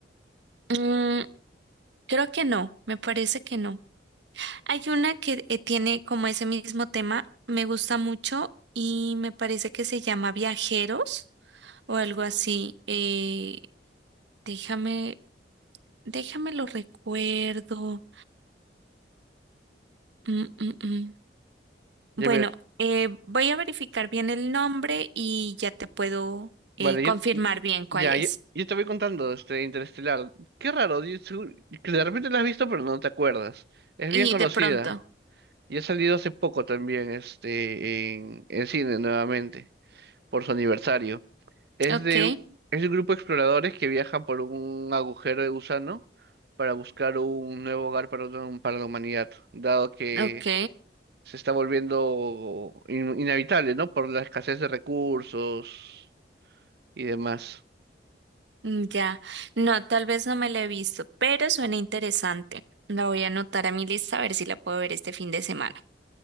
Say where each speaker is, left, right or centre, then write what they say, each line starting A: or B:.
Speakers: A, on the right (about 85°); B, on the right (about 60°).
A: Mm, creo que no, me parece que no. Hay una que eh, tiene como ese mismo tema, me gusta mucho y me parece que se llama Viajeros o algo así. Eh, déjame, déjame lo recuerdo. Mm, mm, mm.
B: Ya,
A: Bueno,
B: mira.
A: eh, voy a verificar bien el nombre y ya te puedo
B: Vale,
A: eh, confirmar
B: yo,
A: bien cuál
B: ya,
A: es.
B: yo, yo te voy contando este Interestelar. Qué raro, di- segu- que de repente la has visto pero no te acuerdas. Es
A: Y
B: bien conocida
A: de pronto.
B: y ha salido hace poco también este, en, en cine nuevamente por su aniversario. Es
A: Ok,
B: de un- es un grupo de exploradores que viaja por un agujero de gusano para buscar un nuevo hogar para, la- para la humanidad, dado que
A: ok.
B: se está volviendo in- inhabitable, ¿no? Por la escasez de recursos y demás.
A: Mm, Ya, no, tal vez no me la he visto, pero suena interesante. La voy a anotar a mi lista a ver si la puedo ver este fin de semana.